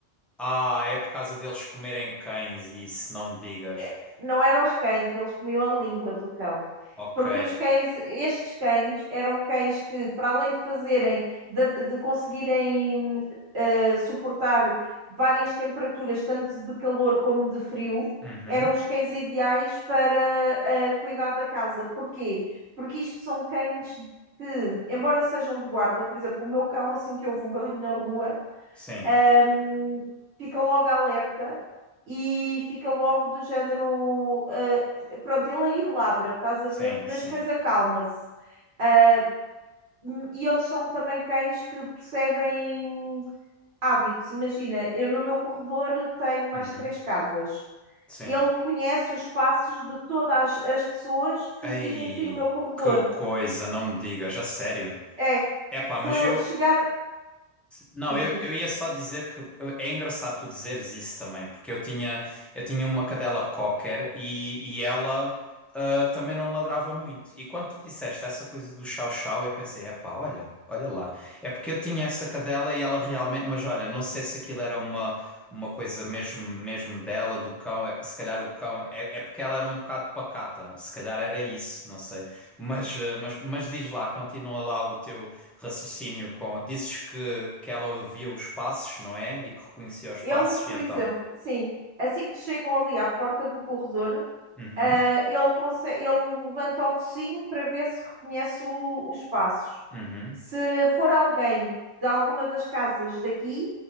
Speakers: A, in the centre; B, on the right.
A: Ah, é por causa deles comerem cães, isso, não me digas.
B: eh, não eram os cães, eles comiam a língua do cão.
A: Ok.
B: Porque os cães, estes cães, eram cães que, para além de fazerem, de, de conseguirem eh, suportar várias temperaturas, tanto de calor como de frio,
A: Uhum.
B: eram os cães ideais para eh, cuidar da casa. Porquê? Porque isto são cães que, embora sejam de guarda, por exemplo, o meu cão, assim que houve um barulho na rua,
A: Sim,
B: hum, fica logo alerta e fica logo do género. ah, pronto, ele aí ladra, estás a
A: sim,
B: ver? Mas
A: sim.
B: depois acalma-se. Ah, hum, e eles são também cães que percebem hábitos. Imagina, eu no meu corredor tenho mais
A: Uhum.
B: três casas.
A: Sim.
B: Ele conhece os passos de todas as as pessoas que
A: Ai,
B: vivem aqui no meu corredor.
A: que coisa, não me digas, a sério.
B: É,
A: É pá,
B: se
A: mas
B: eu
A: eu.
B: chegar,
A: Não,
B: diz,
A: eu,
B: diz.
A: eu ia só dizer que eu- é engraçado tu dizeres isso também, porque eu tinha, eu tinha uma cadela cocker e, e ela ah, também não ladrava muito. E quando tu disseste essa coisa do chau-chau, eu pensei, epá, olha, olha lá. É porque eu tinha essa cadela e ela realmente, mas olha, não sei se aquilo era uma, uma coisa mesmo, mesmo dela, do cão, é, se calhar o cão, é, é porque ela era um bocado pacata, se calhar era isso, não sei. Mas, ah, mas, mas diz lá, continua lá o teu raciocínio com. Dizes que, que ela ouvia os passos, não é? E que reconhecia os
B: Ele,
A: passos, e
B: por
A: então.
B: exemplo, sim, assim que chegam ali à porta do corredor,
A: Uhum,
B: Ah, ele, conse- ele levanta o focinho para ver se reconhece o- os passos.
A: uhum.
B: Se for alguém de alguma das casas daqui,